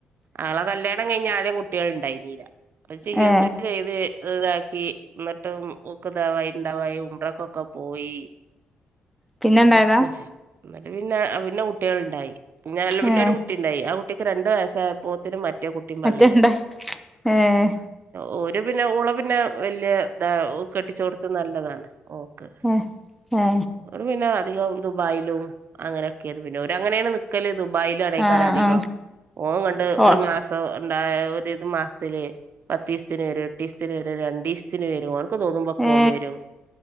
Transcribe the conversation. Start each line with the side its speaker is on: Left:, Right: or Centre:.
Right: ആളെ കല്യാ ല്യാണം കഴിഞ്ഞ് ആദ്യം കുട്ടികൾ ഉണ്ടായിന്നീല്ല അവള് ചികിത്സയൊക്കെ
Centre: ഏ
Right: ചെയ്ത് ഇതാക്കി എന്നിട്ടും <unintelligible> ഉണ്ടാവായി ഉമ്പ്രക്കൊക്കെ പോയി
Centre: പിന്നെ ഉണ്ടായതാ
Right: ഒക്കെ ചെയ്ത് എന്നിട്ട് പിന്നെ പിന്നെ കുട്ടികൾ ഉണ്ടായി പിന്നല്ല പിന്നെ
Centre: ഏ
Right: ഒരു കുട്ടി ഉണ്ടായി ആ കുട്ടിക്ക് രണ്ടു വയസായപ്പോത്തേനും മ മറ്റേ കുട്ടിയും പള്ളയിലുണ്ടായി
Centre: മറ്റേ ഇണ്ടായി ഏ
Right: ഓ ളെ പിന്നെ ഓളെ പിന്നെ വല്ല്യ കെട്ടിച്ച് കൊടുത്തത് നല്ലതാണ് ഓക്ക്
Centre: ഏ ഏ
Right: ഓള് പിന്നെ അധികം ദുബായിലും അങ്ങനെ പിന്നെ ഓര് അങ്ങനെയാണ് നിക്കല് ദുബായിലാണ് ആൾക്കാർ
Centre: ആ
Right: അധികം
Centre: ആ
Right: ഓൻ എങ്ങാണ്ട്
Centre: ഓ
Right: ഒരു മാസം ഉണ്ടായ ഒരു ഇത് മാസത്തില് പത്ത് ദിവസത്തിന് വരും എട്ട് ദിവസത്തിന് വരും രണ്ടു ദിവസത്തിന് വരും ഓ ഓനുക്ക് തോന്നുമ്പം ഒക്കെ
Centre: ഏ
Right: ഓൻ വരും